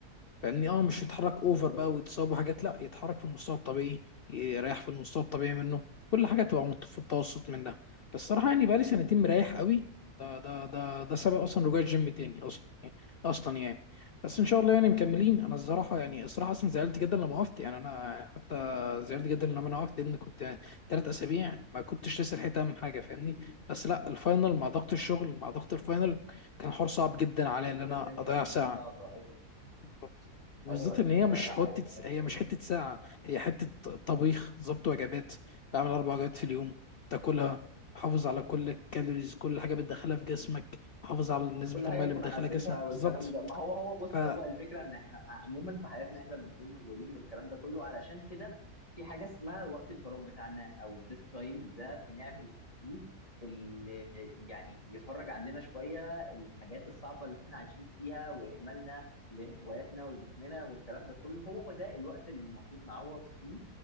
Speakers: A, on the left (about 85°); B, on the left (about 20°).
A: فاهمني اه مش يتحرك
B: بالظبط
A: اوفر بقى ويتصاب وحاجات لا يتحرك في المستوى الطبيعي يريح في المستوى الطبيعي منه كل حاجه تبقى مت- في التوسط منها بس صراحه يعني بقالي سنتين مريح قوي ده ده ده ده سبب اصلا رجوع الجيم تاني اصلا يعني اصلا يعني بس ان شاء الله يعني مكملين انا الصراحه يعني الصراحه اصلا زعلت جدا لما وقفت يعني انا حتى زعلت جدا لما انا وقفت لان كنت ثلاث اسابيع ما كنتش لسه لحقت اعمل حاجه فاهمني بس لا الفاينل مع ضغط الشغل مع ضغط الفاينل كان حوار صعب جدا عليا
B: بيكون
A: ان انا
B: الدنيا
A: اضيع ساعه
B: صعبة أيوة
A: بالظبط بالذات
B: ايوه
A: ان هي
B: لا
A: مش
B: لا
A: حته
B: عارف عارف
A: هي
B: والله
A: مش حته ساعه هي حته طبيخ ظبط وجبات بعمل اربع وجبات في اليوم تاكلها حافظ على كل الكالوريز كل حاجه بتدخلها في جسمك حافظ على نسبه
B: كل
A: الميه
B: حاجه
A: اللي
B: تكون
A: بتدخلها
B: حاسبها
A: جسمك
B: والكلام
A: بالظبط
B: ده ما هو هو بص
A: ف
B: هو الفكره ان احنا عموما في حياتنا احنا بنكون مشغولين والكلام ده كله علشان كده في حاجه اسمها وقت الفراغ بتاعنا او this تايم ده بنعمل فيه اللي يعني يفرج عندنا شويه الحاجات الصعبه اللي احنا عايشين فيها واهمالنا لهواياتنا ولجسمنا والكلام ده كله هو ده الوقت اللي المفروض نعوض فيه